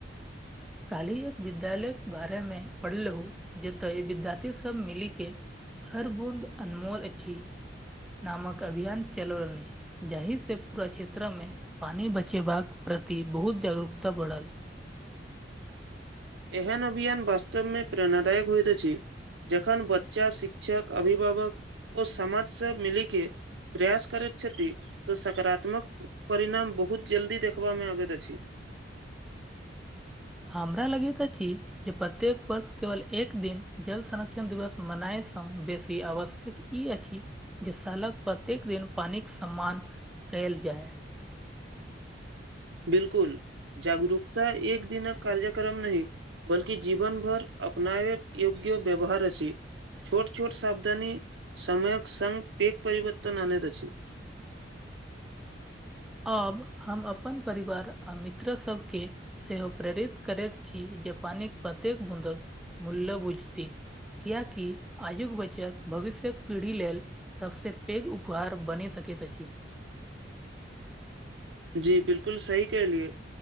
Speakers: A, in the centre; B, on the right.
A: काल्हि एक विद्यालय के बारे मे पढ़लौं जतऽ विद्यार्थी सब मिली के हर बूंद अनमोल अची नामक अभियान चलो रनी जाहि से पूरा क्षेत्र मे पानी बचेबाका प्रति बहुत जागरूकता बढ़ल
B: एहन अभियान वास्तवमे प्रेरणादायक होइत अछि जखन बच्चा शिक्षक अभिभावक ओ समाज सब मिली के प्रयास करैत छथि तऽ सकारात्मक परिणाम बहुत जल्दी देखबामे अबैत अछि
A: हमरा लगैत अछी जे प्रत्येक वर्ष केवल एक दिन जल संरक्षण दिवस मनाय सँ बेसी आवश्यक ई अखि जे सालक प्रत्येक दिन पानी के सम्मान कयल जाय
B: बिल्कुल जागरूकता एक दिनक कार्यक्रम नहि बल्कि जीवन भर अपनाबै योग्य व्यवहार अछि छोट छोट साबदनी समयक संग पैघ परिवर्तन आनेत अछि
A: अब हम अपन परिवार आ मित्र सबके सेहो प्रेरित करैत की जे पानिक प्रतेक बूँदक मूल्य बुझती कियाकि आजुक बचत भविष्यक पीढ़ी लेल सबसे पैघ उपहार बनि सकैत अछि
B: जी बिल्लकु सही कहलियए